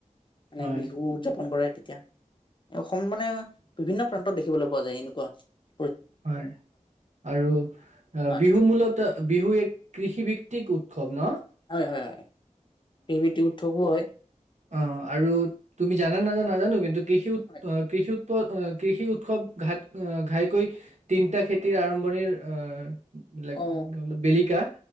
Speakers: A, on the left; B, on the right.
A: মানে
B: হয়
A: বিহু উদযাপন কৰে তেতিয়া অসম মানে বিভিন্ন প্ৰান্তত দেখিবলৈ পোৱা যায় এনো কোৱা
B: হয় আৰু
A: হয়
B: বিহু মূলত বিহু এক কৃষিভিত্তিক খব ন
A: হয়, হয়, হয়। এই কৃষি ভিত্তিক হৰই
B: অঁ আৰু তুমি জানা নাজান নাজানো কিন্তু কৃষিক
A: হয়
B: অঁ কৃষিক কৃষি উৎসৱ ঘাট অঁ ঘাইকৈ তিনিটা খেতিৰ আৰম্ভণিৰ অঁ বিলাক
A: অ
B: বেলিকা